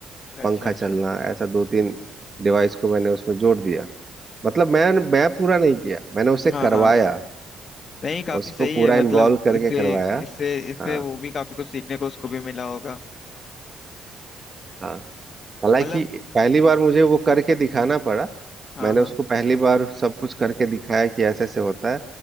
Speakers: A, on the left; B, on the right.
A: अच्छा
B: पंखा
A: अच्छा
B: चलना ऐसा दो तीन डिवाइस को मैंने उसमें जोड़ दिया मतलब मैं मैं पूरा नहीं किया मैंने उसे
A: हाँ
B: करवाया
A: हाँ नहीं काफी
B: उसको
A: सही
B: पूरा
A: है मतलब
B: इन्वॉल्व करके
A: इससे
B: करवाया
A: इससे इससे
B: हाँ
A: वो भी काफी कुछ सीखने को उसको भी मिला होगा
B: हाँ हालांकि
A: मतलब
B: पहली बार मुझे वो करके दिखाना पड़ा
A: हाँ
B: मैंने
A: हाँ
B: उसको पहली बार सब कुछ करके दिखाया कि ऐसे ऐसे होता है